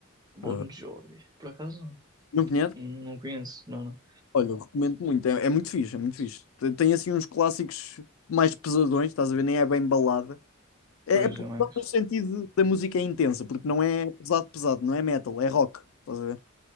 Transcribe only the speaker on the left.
Eh,
Não conhece?
Olha, eu recomendo muito. É, é muito fixe, é muito fixe. Tem, tem assim uns clássicos mais pesadões, estás a ver? Nem é bem balada. É,
é pesado
no sentido da música é intensa, porque não é pesado, pesado, não é metal, é rock. Estás a ver?